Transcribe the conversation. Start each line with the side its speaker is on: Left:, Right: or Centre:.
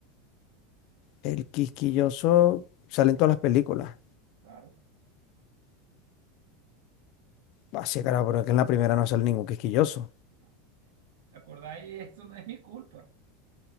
Left: El quisquilloso sale en todas las películas.
Right: Claro.
Left: Así, claro, pero es que en la primera no sale ningún quisquilloso.
Right: Ah, ¿Te acordáis? Eso no es mi culpa.